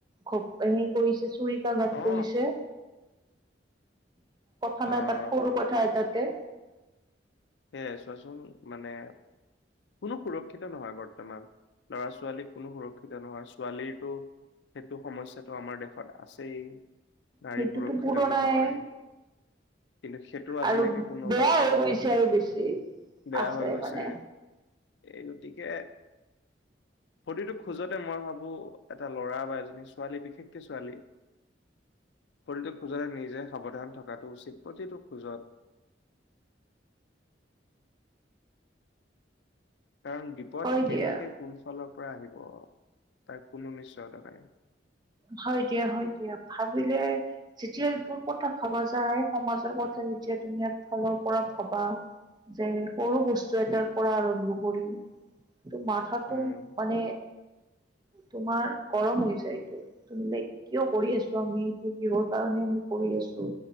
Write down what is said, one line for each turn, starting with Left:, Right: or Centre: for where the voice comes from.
Right: হ কৰিছে চুৰিকা ঘাট
Left: অ
Right: কৰিছে। কথা
Left: আহ
Right: নাই পাত সৰু কথা এতাতে।
Left: সেয়াই চোৱাচোন মানে কোনো সুৰক্ষিত নহয় বাৰু। বৰ্তমান ল'ৰা ছোৱালী কোনো সুৰক্ষিত নহয়। ছোৱালীৰতো সেইটো সমস্যাটো আমাৰ দেশত আছেই। নাৰী
Right: সেইটোতো
Left: সুৰক্ষিত
Right: পুৰণাই
Left: নহয় কিন্তু সেইটো আজিলৈকে
Right: আৰু
Left: কোনো
Right: বেয়া হৈ গৈছে আৰু বেছি
Left: বেয়া
Right: আছে
Left: হৈ গৈছে
Right: মানে
Left: এই গতিকে প্ৰতিটো খোজতে মই ভাবো এটা ল'ৰা বা এজনী ছোৱালী বিশেষকে ছোৱালী শৰীৰটো খোজৰে নিজে সাৱধান থকাটো উচিত প্ৰতিটো খোজত কাৰণ বিপদ
Right: হয়
Left: কেনেকে
Right: দিয়া
Left: কোন চলৰ পৰা আহিব তাক পুোন নিশ্চয়তা নাই
Right: হয় দিয়া হয় দিয়া ভাবিলে যেতিয়া এইবোৰ কথা ভাবা যায় সমাজৰ কথা যে তুমি এক ফালৰ পৰা ভাবা যে সৰু বস্তু এটাৰ পৰা আৰম্ভ কৰি টো মাথা তো
Left: উম,
Right: মানে তোমাৰ গৰম হৈ যায়টো। ত' মানে কিয় কৰি আছো আমি এইতো কিহৰ কাৰনেে আমি কৰি আছো,